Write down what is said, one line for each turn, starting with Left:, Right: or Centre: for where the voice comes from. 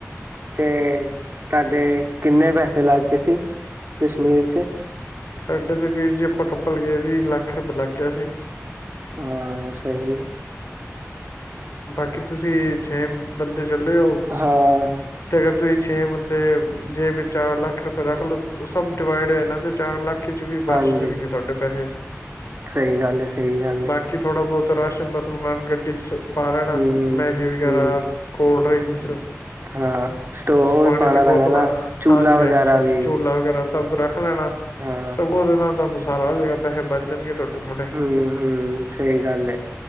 Right: ਤੇ ਤੁਹਾਡੇ ਕਿੰਨੇ ਪੈਸੇ ਲੱਗ ਗਏ ਸੀ ਕਸ਼ਮੀਰ ਚ?
Left: ਸਾਡੇ ਤੇ ਵੀਰ ਜੀ ਆਪਾਂ ਕੱਪਲ ਗਏ ਸੀ ਲੱਖ ਰੁਪਏ ਲੱਗ ਗਿਆ ਸੀ।
Right: ਹਾਂ ਸਹੀ ਹੈ।
Left: ਬਾਕੀ ਤੁਸੀਂ ਛੇ ਬੰਦੇ ਚੱਲੇ ਹੋ
Right: ਹਾਂ
Left: ਤੇ ਅਗਰ ਤੁਸੀਂ ਛੇ ਬੰਦੇ ਜੇ ਚਾਰ ਲੱਖ ਰੁਪਏ ਰੱਖ ਲ ਸਭ ਡਿਵਾਈਡ ਹੋ ਜਾਣਾ ਤੇ ਚਾਰ ਲੱਖ ੱਖੀ ਚ ਵੀ
Right: ਹਾਂਜੀ
Left: ਬਚ ਜਾਣਗੇ ਤੁਹਾਡੇ ਪੈਸੇ
Right: ਸਹੀ ਗੱਲ ਹੈ ਸਹੀ ਗੱਲ
Left: ਬਾਕੀ
Right: ਹੈ
Left: ਥੋੜਾ ਬਹੁਤ ਰਾਸ਼ਨ ਦਾ ਸਮਾਨ ਗੱਡੀ ਚ ਪਾ ਲਹਿਣਾ
Right: ਹਮ
Left: ਮੈਗੀ ਵਗੈਰਾ
Right: ਹਮ
Left: ਕੋਲ ਡਿ੍ੰਕਸ।
Right: ਹਾਂ ਸਟੋਵ
Left: ਪਾਣੀ
Right: ਵੀ ਪਾਉਣਾ
Left: ਦੀ
Right: ਪੈਣਾ
Left: ਬੋਤਲਾਂ
Right: ਨਾ ਚੂਲਾ
Left: ਹਾਂਜੀ
Right: ਵਗੈਰਾ
Left: ਹਾਂਜੀ
Right: ਵੀ
Left: ਝੂਲਾ ਵਗੈਰਾ ਸਭ ਰੱਖ ਲੈਣਾ
Right: ਹਾਂ
Left: ਸਗੋਂ ਉਹਦੇ ਨਾਲ ਤੁਹਾਨੂੰ ਸਾਰਾ ਜਗ੍ਹਾ ਪੈਸੇ ਬਚ ਜਾਣਗੇ ਤੁਹਾਡੇ ਥੋੜੇ
Right: ਹਮ ਹਮ ਸਹੀ ਗੱਲ ਐ।